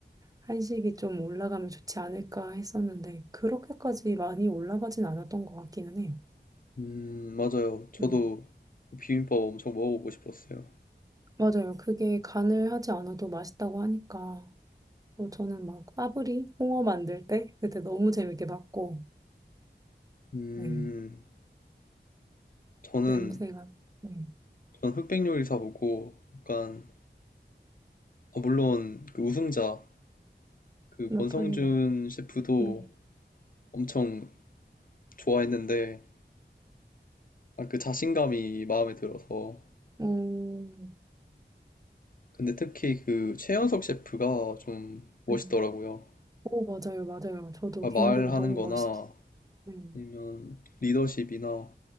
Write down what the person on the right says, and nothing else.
한식이 좀 올라가면 좋지 않을까 했었는데 그렇게까지 많이 올라가진 않았던 것 같기는 해요
음
맞아요 그게 간을 하지 않아도 맛있다고 하니까 뭐 저는 막 파브리 홍어 만들 때 그때 너무 재밌게 봤고
네
냄새가 네
나폴리
맛네네
음,
네. 오 맞아요 맞아요 저도
개인적으로
너무
멋있었어요 네